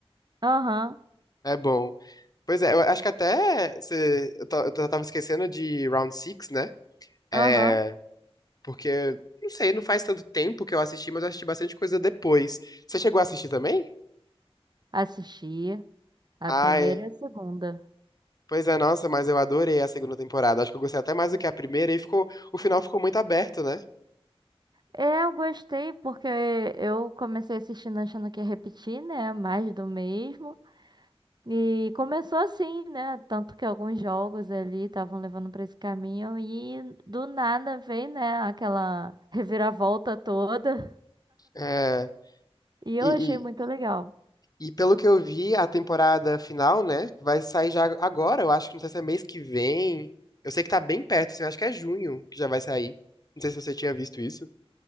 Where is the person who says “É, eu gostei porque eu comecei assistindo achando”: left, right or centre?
Right